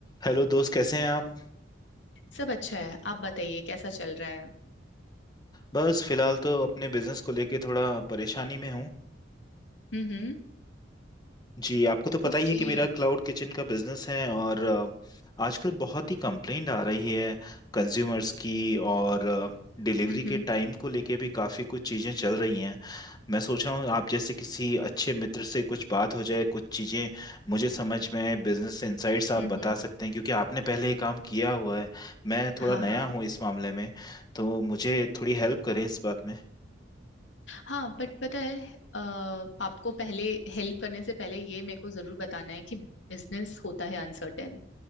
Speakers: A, on the left; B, on the left.
A: Hello दोस्त कैसे हैं आप
B: सब अच्छा है आप बताइए कैसा चल रहा है
A: बस फिलहाल तो अपने बिजनेस को लेके थोड़ा परेशानी में हूँ
B: हम्म हम्म
A: जी आपको तो पता
B: ओके
A: ही है कि मेरा क्लाउड किचन का बिजनेस है और अ, आजकल बहुत ही कंप्लेंट आ रही है कंज्यूमर्स की और डिलीवरी
B: हम्म
A: के
B: हम्म
A: टाइम को लेके भी काफ़ी कुछ चीज़ें चल रही हैं मैं सोच रहा हूँ आप जैसे किसी अच्छे मित्र से कुछ बात हो जाए कुछ चीज़ें मुझे समझ में आए बिजनेस इनसाइट्स आप
B: हम्म
A: बता
B: हम्म
A: सकते हैं क्योंकि आपने पहले ये काम किया हुआ है मैं थोड़ा
B: हाँ हाँ
A: नया हूँ इस मामले में तो मुझे थोड़ी हेल्प करें इस बात में
B: हाँ बट पता है अ, आपको पहले हेल्प करने से पहले ये मेरे को जरूर बताना है कि बिजनेस होता है अनसर्टेन